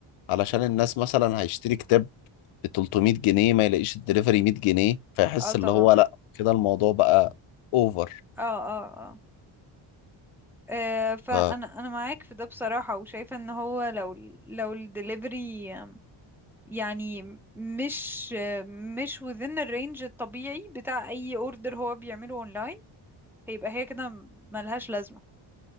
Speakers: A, on the left; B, in the centre.
A: علشان الناس مثلا هيشتري كتاب ب 300 جنيه ما يلاقيش الدليفري 100 جنيه فيحس
B: اه طبعا
A: اللي هو لا كده الموضوع بقى اوفر
B: اه اه اه آه، فانا
A: ف...
B: انا معاك في ده بصراحة وشايفة ان هو لو لو الدليفري يعني مش مش within الرينج الطبيعي بتاع اي اوردر هو بيعمله اونلاين هيبقى هي كده م- ملهاش لازمة